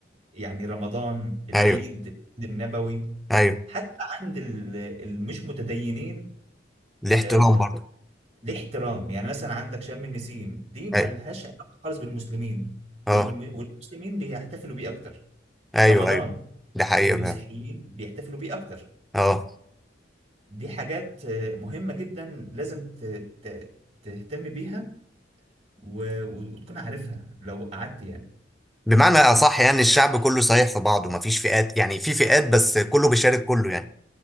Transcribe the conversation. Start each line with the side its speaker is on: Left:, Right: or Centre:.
Right: يعني رمضان العيد
Centre: ايوه
Right: العيد النبوي
Centre: ايوه
Right: حتى عند ال- المش متدينين
Centre: الاحترام
Right: آه،
Centre: برضو
Right: ليه احترام يعني مثلا عندك شم النسيم دي ملهاش
Centre: ايوه
Right: علاقة خالص بالمسلمين والم-
Centre: اه
Right: والمسلمين بيحتفلوا بيه أكتر
Centre: ايوه
Right: رمضان
Centre: ايوه ده حقيقي
Right: المسيحيين
Centre: فعلا
Right: بيحتفلوا بيه أكتر
Centre: اه
Right: دي حاجات آه، مهمة جدا لازم ت- ت- تهتم بيها و... و- وتكون عارفها لو قعدت يعني
Centre: بمعنى اصح يعني الشعب كله صحيح في بعضه مفيش فئات يعني في فئات بس كله بيشارك كله يعني